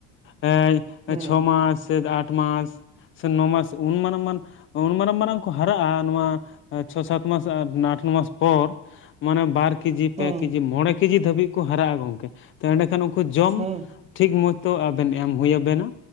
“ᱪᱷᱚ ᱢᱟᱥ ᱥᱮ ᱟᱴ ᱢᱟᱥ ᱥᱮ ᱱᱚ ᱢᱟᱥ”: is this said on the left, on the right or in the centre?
Left